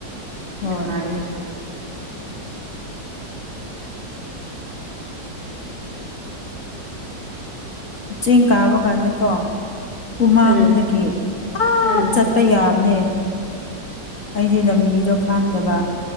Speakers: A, on the left (about 45°); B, on the right (about 80°).
A: ꯍꯣꯏ
B: ꯅꯨꯡꯉꯥꯏꯌꯦ ꯑꯗꯨꯝ
A: ꯆꯤꯡ ꯀꯥꯕ ꯀꯥꯟꯗꯀꯣ ꯎꯃꯪꯗꯒꯤ
B: ꯎꯝ
A: ꯑꯥ
B: ꯎꯝ
A: ꯆꯠ ꯄ ꯌꯥꯕꯅꯦ ꯑꯩꯗꯤ ꯂꯝꯕꯤꯗꯣ ꯈꯪꯗꯕ